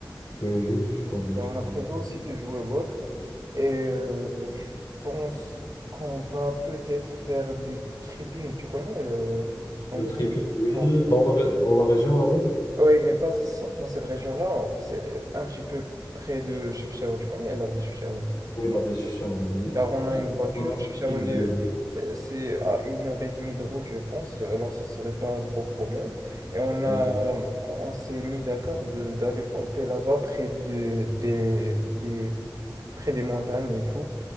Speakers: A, on the left; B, on the right.
A: Oui, oui, je connais,
B: Et on
A: je connais.
B: a prévu aussi de jouer Wolf. Et euh, je pense qu'on va peut-être faire du tripping. Tu connais le camp-
A: Le tripping, oui,
B: camp-
A: dans la, ré- dans la région là-bas?
B: Ah Oui, mais pas ce- dans cette région-là. C'est euh, un petit peu près de Chefchaouen. Tu connais la ville de Chefchaouen?
A: Oui, la ville Sharon, oui.
B: Car on
A: Euh,
B: a une voiture.
A: dans la
B: Chefchaouen
A: ville bleue.
B: est- euh, c'est à une heure et demie de route, je pense. Alors, ça serait pas un gros problème. Et on a,
A: Oui,
B: on s'est mis d'accord de d'aller camper là-bas près de- des, des, près des montagnes et tout.